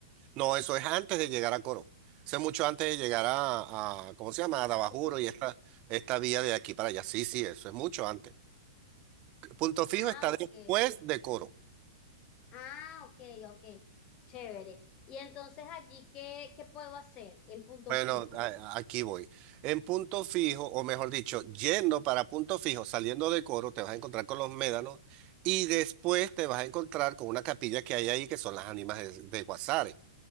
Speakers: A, on the right (about 35°); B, on the left (about 35°).
A: No, eso es antes de llegar a Coro. Eso es mucho antes de llegar a, a- ¿cómo se llama? A Dabajuro
B: a punto fijo.
A: y esta, esta vía de aquí para allá. Sí, sí, eso es mucho antes. Punto
B: Ah,
A: Fijo está después
B: ok.
A: de Coro.
B: Ah, ok, ok. Chévere. Y entonces allí, ¿qué, qué puedo hacer en punto
A: Bueno,
B: fijo?
A: a- a- aquí voy. En Punto Fijo, o mejor dicho, yendo para Punto Fijo, saliendo de Coro, te vas a encontrar con los médanos y después te vas a encontrar con una capilla que hay ahí que son las ánimas de, de Guasare.